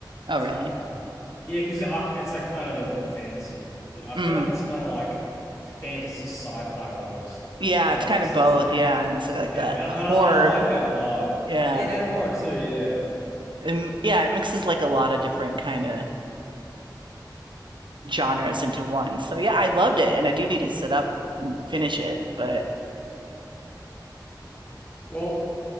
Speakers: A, on the right; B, on the left.
A: Oh,
B: It's
A: really?
B: like um yeah, because I it's like kind of a bit more fantasy. I
A: Mm.
B: feel like it's kind of like fantasy sci-fi almost.
A: yeah,
B: You know,
A: it's
B: like
A: kind
B: this
A: of both.
B: this uh,
A: Yeah, and it's like
B: yeah,
A: that
B: and
A: horror.
B: and I, and I like that a lot.
A: Yeah,
B: A- And horror too, yeah.
A: and, yeah, it mixes like a lot of different kind of genres into one. So yeah, I loved it, and I do need to sit up and finish it. But
B: Well,